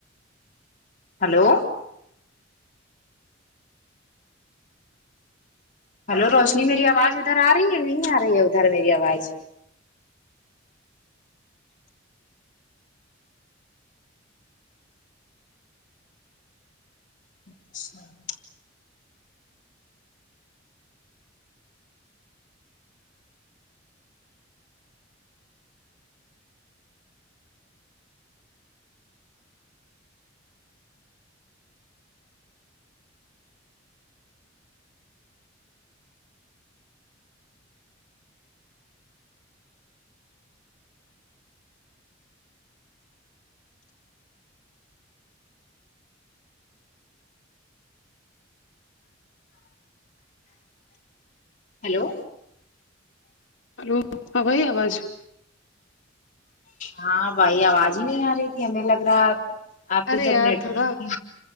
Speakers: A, on the left (about 45°); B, on the left (about 80°).
A: ہلو ہلو روشنی میری آواز ادھر آ رہی ہے نہیں آ رہی ہے ادھر میری آواز <unintelligible> ہلو
B: ہلو اب ائی آواز
A: ہاں بھائی آواز ہی نہیں آ رہی تھی ہمیں لگ رہا آپ کہ
B: ارے
A: ادھر
B: یار
A: نیٹورک
B: تھوڑا
A: کی